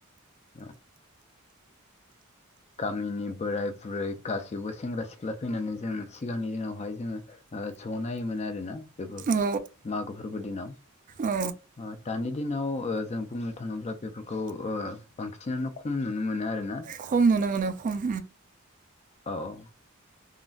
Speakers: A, on the left; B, on the right.
A: औ <inaudible> गामिनि बोराय बुरै गासैबो सेंग्रा सिख्ला फैनानै जों सिगांनि दिनावहाय जोङो ओ ज नायोमोन आरोना बेफोर
B: औ
A: मागो फोरबो दिनाव
B: औ
A: दानि दिनाव जों बुंनो थाङोब्ला बेफोरखौओ बांसिनानो खम नुनो मोनो आरोना
B: खम नुनो मोनो खम
A: औ औ